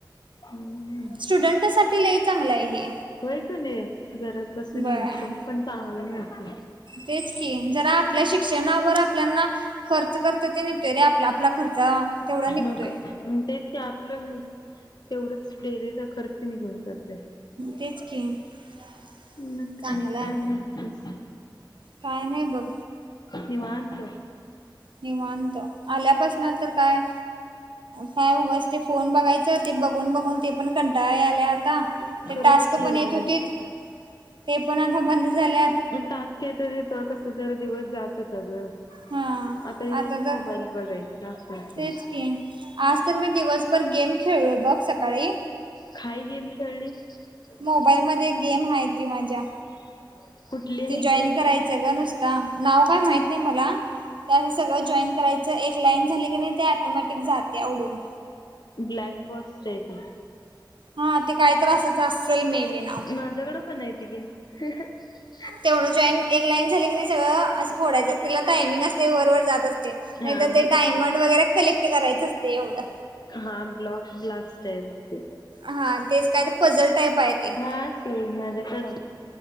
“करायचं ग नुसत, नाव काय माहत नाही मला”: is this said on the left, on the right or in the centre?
Right